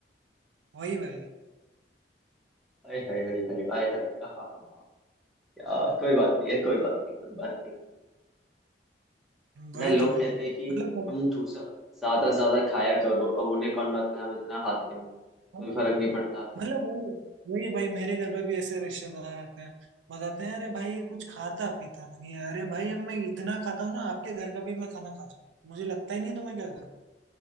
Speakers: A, on the right; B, in the centre.
A: वही भाई
B: आय हाय हाय हाय आय हाय हाँ हाँ हाँ यार कोई बात नहीं है कोई बात नहीं कोई बात नहीं
A: वही
B: ना लोग
A: तो भाई
B: कहते हैं कि
A: मतलब
B: तुम ठूसा ज्यादा से ज्यादा खाया करो अब उन्हें कौन बताता है हम इतना खाते हैं कोई
A: मतलब
B: फर्क नहीं पड़ता
A: मतलब वही वही भाई मेरे घर पे भी ऐसे रिश्तेदार आते हैं बताते हैं अरे भाई ये कुछ खाता पीता नहीं है अरे भाई अब मैं इतना खाता हूँ ना आपके घर का भी मैं खाना खा जाऊँ मुझे लगता ही नहीं तो मैं क्या